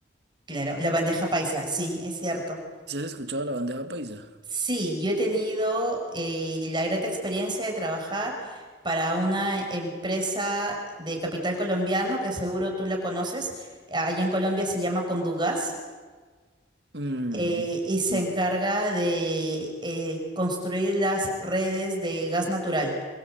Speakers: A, on the right; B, on the right.
A: claro. La bandeja paisa, sí, es cierto.
B: ¿Sí has escuchado la bandeja paisa?
A: Sí, yo he tenido eh, la grata experiencia de trabajar para una empresa de capital colombiano, que seguro tú la conoces. Allá en Colombia se llama Condugas
B: Mm,
A: eh, y se
B: no.
A: encarga de eh, construir las redes de gas natural.